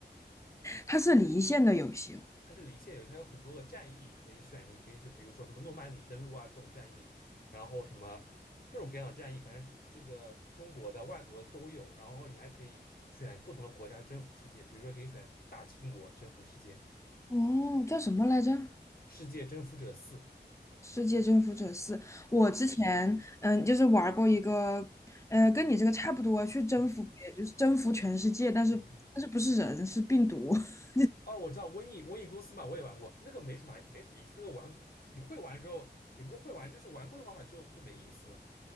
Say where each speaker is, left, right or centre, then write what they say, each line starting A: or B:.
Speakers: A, on the left; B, on the left.
A: 它是离线的游戏哦。
B: 它是离线游戏，它有很多个战役可以选，你可以去，比如说什么诺曼底登陆啊这种战役，然后什么各种各样的战役，反正这个中国的、外国的都有。然后你还可以选不同的国家征服世界，比如说可以选大清国征服世界，
A: 哦，叫什么来着？
B: 世界征服者四。
A: 世界征服者四，我之前嗯，
B: 嗯
A: 就是玩过一个，呃，跟你这个差不多，去征服别，
B: 嗯
A: 就是征服全世界，但是但是不是人，
B: 嗯，
A: 是病毒。<laughs>
B: 哦，我知道瘟疫瘟疫公司嘛，我也玩过，那个没什么没什么意思，那个玩你会玩之后，也不是会玩，就是玩过一会儿会儿就就没意思了。